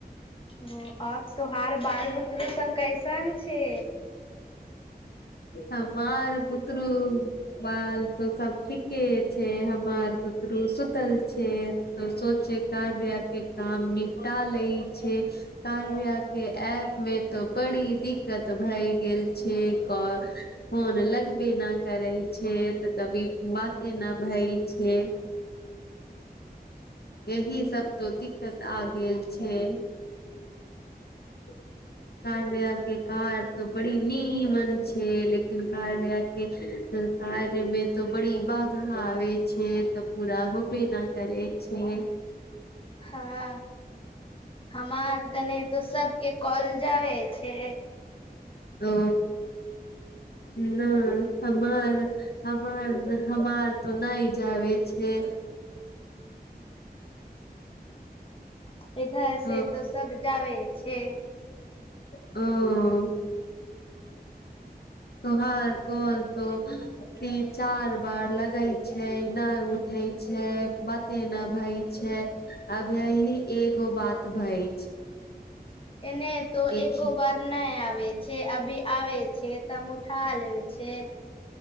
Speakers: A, on the left; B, on the left.
A: ओ और तोहार बाल बुतरू सब कैसन छै
B: हमार बुतूरू बाल तो सब ठीके छै हमार बतरु सुतल छै तो सोच छै का बि्याह के काम निपटा ले छै कार्या के ऐप मे तऽ बड़ी दिक्कत भए गेल छै क फोन लगबे न करै छै तऽ कभी बाते न भई छै <inaudible> एहि सब तऽ दिक्कत आ गेल छै <inaudible> कार्या के कार तो बड़ी नीमन छै लेकिन कार्या के कार्य मे तो बड़ी बाधा आबे छै तऽ पूरा होबे न करै छै
A: हँ हमारदने त सबके कॉल जाबे छै
B: ओ नय हमार हमार हमार त नय जबे छै
A: पेधा
B: ओ
A: से त सब जावे छै
B: हां तोहार कल तो ती चार बार लगै छै नय उठे छै बतेना भई छै अभ यही एगो बात भई छै <inaudible>
A: एने त
B: एक
A: एको
B: ही
A: बार नय आबै छै अभी आ छै तम उठा लेब छै